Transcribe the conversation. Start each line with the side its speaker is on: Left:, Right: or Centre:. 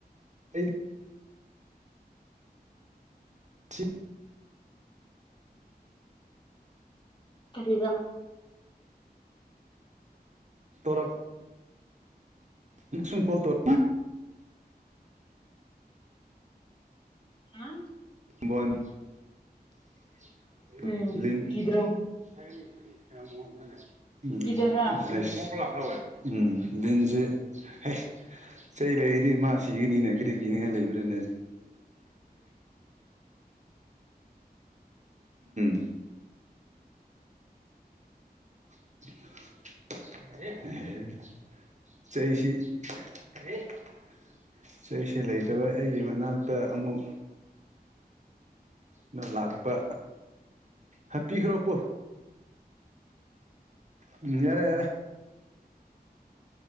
Right: ꯑꯩꯗꯤ ꯁꯤ
Left: ꯀꯔꯤꯔꯥ
Right: <unintelligible> <unintelligible>
Left: ꯍꯥ
Right: ꯕꯣꯟ <unintelligible>
Left: ꯎꯝ ꯀꯤꯗ꯭ꯔꯣ
Right: <unintelligible>
Left: ꯀꯤꯗꯕ꯭ꯔꯥ
Right: ꯆꯩ ꯂꯩꯔꯗꯤ ꯃꯥ ꯁꯤꯒꯅꯤꯅꯦ ꯀꯔꯤꯒꯤ ꯌꯦꯡꯉꯥ ꯂꯩꯕ꯭ꯔꯅꯦ <unintelligible> <inaudible> <unintelligible> ꯆꯩꯁꯨ ꯂꯩꯇꯕ ꯑꯩꯒꯤ ꯃꯅꯥꯛꯇ ꯑꯃꯨꯛ ꯅꯪ ꯂꯥꯛꯄ ꯍꯥꯠꯄꯤꯈ꯭ꯔꯣ ꯑꯄꯨ ꯎꯝ ꯌꯥꯔꯦ ꯌꯥꯔꯦ